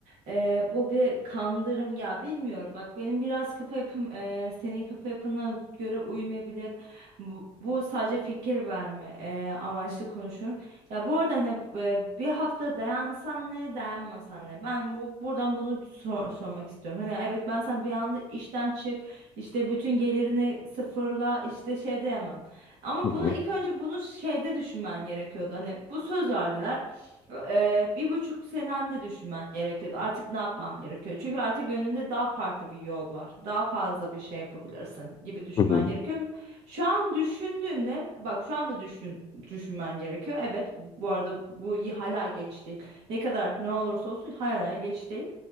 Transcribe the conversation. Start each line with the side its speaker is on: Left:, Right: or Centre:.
Right: Eee, bu bir kandırım ya bilmiyorum. Bak benim biraz kafa yapım eee, senin kafa yapına göre uymayabilir. Bu, bu sadece fikir verme eee, amaçlı konuşuyorum. Ya bu arada hani e, bir hafta dayansan ne dayanmasan ne. Ben bu, buradan bunu sor- sormak istiyorum. Hani evet ben sen bir anda işten çık işte bütün gelirini sıfırla işte şey diyemem. Ama
Left: Hı hı.
Right: bunu ilk önce bunu şeyde düşünmen gerekiyordu. Hani bu söz verdiler. Eee, bir buçuk senemde düşünmen gerekiyordu. Artık ne yapmam gerekiyor? Çünkü artık önünde daha farklı bir yol var. Daha fazla bir şey yapabilirsin gibi düşünmen
Left: Hı hı.
Right: gerekiyor. Şu an düşündüğünde bak şu anda düşün düşünmen gerekiyor. Evet bu arada bu y- hala geç değil. Ne kadar ne olursa olsun hala geç değil.